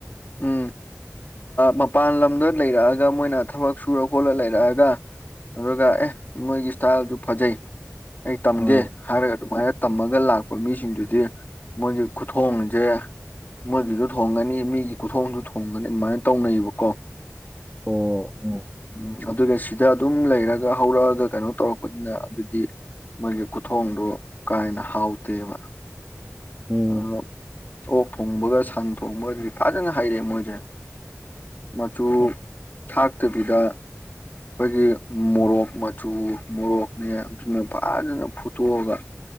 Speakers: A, on the left; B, in the centre.
A: ꯎꯝ ꯃꯄꯥꯟ ꯂꯝꯗ ꯂꯩꯔꯛꯑꯒ ꯃꯣꯏꯅ ꯊꯕꯛ ꯁꯨꯔ ꯈꯣꯠꯂ ꯂꯩꯔꯛꯑꯒ ꯑꯗꯨꯒ ꯑꯦ ꯃꯣꯏꯒꯤ ꯏꯁꯇꯥꯏꯜꯗꯨ ꯐꯖꯩ ꯑꯩ ꯇꯝꯒꯦ
B: ꯑꯥ
A: ꯍꯥꯏꯔꯒ ꯑꯗꯨꯃꯥꯏꯅ ꯇꯝꯃꯒ ꯂꯥꯛꯄ ꯃꯤꯁꯤꯡꯗꯨꯗꯤ ꯃꯣꯏꯒꯤ ꯈꯨꯊꯣꯡ ꯁꯦ ꯃꯣꯏꯗꯨꯁꯨ ꯊꯣꯡꯒꯅꯤ ꯃꯤꯒꯤ ꯈꯨꯊꯣꯡꯁꯨ ꯊꯣꯡꯒꯅꯤ ꯑꯗꯨꯃꯥꯏꯅ ꯇꯧꯅꯩꯑꯦꯕꯀꯣ
B: ꯑꯣ ꯎꯝ
A: ꯎꯝ ꯑꯗꯨꯒ ꯁꯤꯗ ꯑꯗꯨꯝ ꯂꯩꯔꯒ ꯍꯧꯔꯛꯑꯒ ꯀꯩꯅꯣ ꯇꯧꯔꯛꯄꯅꯤꯅ ꯑꯗꯨꯗꯤ ꯃꯣꯏꯒꯤ ꯈꯨꯊꯣꯡꯗꯨ ꯀꯥ ꯍꯦꯟꯅ ꯍꯥꯎꯇꯦꯕ
B: ꯎꯝ
A: ꯑ ꯑꯣꯛ ꯊꯣꯡꯕꯒ ꯁꯟ ꯊꯣꯡꯕꯒꯗꯤ ꯐꯖꯅ ꯍꯩꯔꯦꯑꯦ ꯃꯣꯏꯁꯦ ꯃꯆꯨ
B: ꯎꯝ
A: ꯊꯥꯛꯇꯕꯤꯗ ꯑꯩꯈꯣꯏꯒꯤ ꯃꯣꯔꯣꯛ ꯃꯆꯨ ꯃꯣꯔꯣꯛꯅꯦ ꯑꯗꯨꯅ ꯐꯖꯅ ꯐꯨꯠꯇꯣꯛꯑꯒ